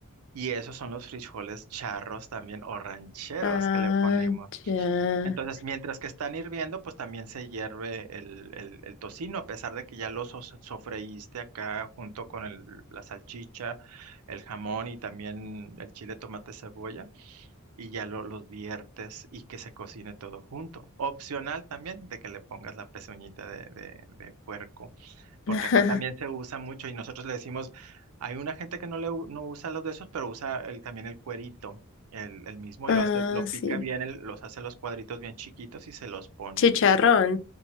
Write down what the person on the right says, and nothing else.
Y esos son los frijoles charros también o rancheros
que le ponemos.
Entonces, mientras que están hirviendo, pues también se hierve el, el- el tocino, a pesar de que ya lo so- sofreíste acá junto con el- la salchicha, el jamón y también el chile, tomate, cebolla, y ya lo, los viertes y que se cocine todo junto. Opcional también de que le pongas la pezuñita de, de de puerco porque
acá también se usa mucho y nosotros le decimos, hay una gente que no le u- no usa los de esos, pero usa el, también el cuerito, el, el mismo,
y lo hace, lo pica
bien, el- los hace los cuadritos bien chiquitos y se los pone.